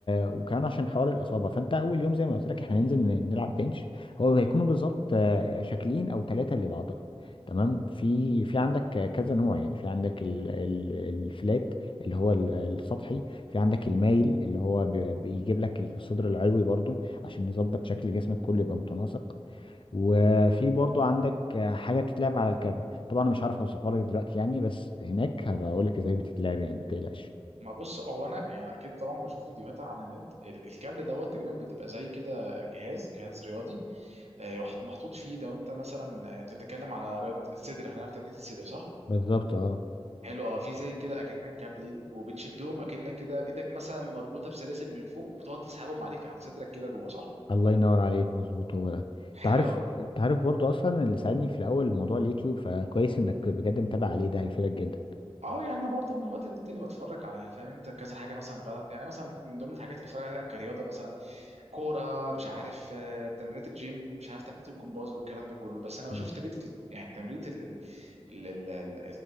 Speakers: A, on the left; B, on the right.
A: وكمان عشان حوار الاصابة فانت اول يوم زي ما قلت لك احنا هننزل ن- نلعب بنش هو هيكونوا بالظبط آه، شكلين او ثلاثة للعضلة تمام في في عندك كذا نوع يعني في عندك ال... ال... الفلات اللي هو ال- السطحي في عندك المايل اللي هو بي- بيجيب لك الصدر العلوي برضو عشان يظبط شكل جسمك كله يبقى متناسق وفي برضو عندك آه، حاجة بتتلعب على الكابل طبعا انا مش عارف اوصفها لك دلوقتي يعني بس هناك هبقى اقول لك ازاي بتتلعب يعني ما تقلقش
B: ما بص هو انا يعني اكيد طبعا بشوف فيديوهات عن النت ال- الكابل دوت تقريبا بتبقى زي كده جهاز جهاز رياضي آه، وحط- محطوط فيه لو انت مثلا آه، انت بتتكلم على رياضه الصدر احنا في تمرين الصدر صح
A: بالظبط اه
B: حلو اه في زي كده اكنك كابلين وبتشدهم اكنك كده ايدك مثلا مربوطه بسلاسل من فوق وبتقعد تسحبهم عليك على صدرك كده جوه صح
A: الله ينور عليك مظبوط هو ده انت
B: حلو
A: عارف
B: قوي
A: انت عارف برضو اصلا اللي ساعدني في الاول موضوع اليوتيوب فكويس انك بجد متابع عليه ده هيفيدك جدا
B: اه يعني انا برضو من وقت للتاني بتفرج على فاهم انت كذا حاجه مثلا بلد يعني مثلا من ضمن الحاجات اللي بتفرج عليها كرياضه مثلا كوره مش عارف آه، تمرينات الجيم مش عارف تمرينات الجمباز والكلام ده كله بس انا بشوف
A: مم.
B: تمرينه ال- يعني تمرينه ال- ال- ال- ال- ال-